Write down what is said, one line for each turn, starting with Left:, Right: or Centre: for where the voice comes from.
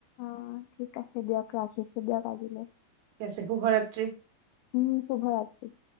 Left: অ', ঠিক আছে দিয়ক, ৰাখিছো দিয়ক আজিলৈ।
Right: ঠিক আছে শুভৰাত্ৰি
Left: উম, শুভৰাত্ৰি।